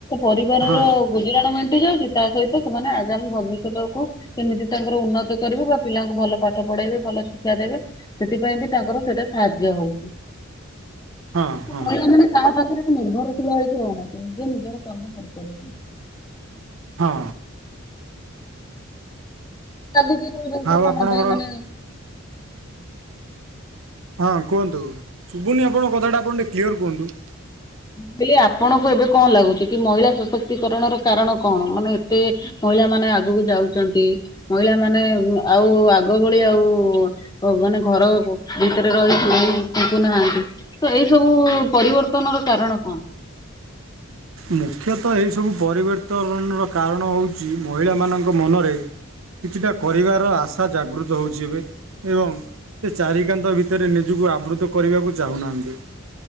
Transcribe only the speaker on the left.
ପରିବାରର
ଗୁଜୁରାଣ ମେଣ୍ଟି ଯାଉଛି ତା ସହିତ ସେମାନେ ଆଗାମୀ ଭବିଷ୍ୟତକୁ କେମିତି ତାଙ୍କର ଉନ୍ନତି କରିବେ ବା ପିଲାଙ୍କୁ ଭଲ ପାଠ ପଢେଇବେ ଭଲ ଶିକ୍ଷା ଦେବେ। ସେଥିପାଇଁ ବି ତାଙ୍କର ସେଇଟା ସାହାଯ୍ୟ ହଉଛି।
ମହିଳା ମାନେ କାହା ପାଖରେ ନିର୍ଭର ହେଇକି ରହନା ନିଜେ ନିଜର କାମ କରିଚାଲ ତୁମେ।
କାନ୍ଦୁଛି
ତୁ କଣ
ପାଇଁ ମାନେ।
ମୁଁ କଇଲି ଆପଣଙ୍କୁ ଏବେ କଣ ଲାଗୁଛି କି ମହିଳା ସଶକ୍ତିକରଣର କାରଣ କଣ ମାନେ ଏତେ ମହିଳା ମାନେ ଆଗକୁ ଯାଉଛନ୍ତି ମହିଳା ମାନେ ଆଉ ଆଗ ଭଳି ଆଉ ଭଗବାନ ଘର ଭିତରେ ରହି ଚୁଲି ଫୁଙ୍କୁ ନାହାନ୍ତି। କିନ୍ତୁ ଏଇ ସବୁ ପରିବର୍ତ୍ତନ ର କାରଣ କଣ?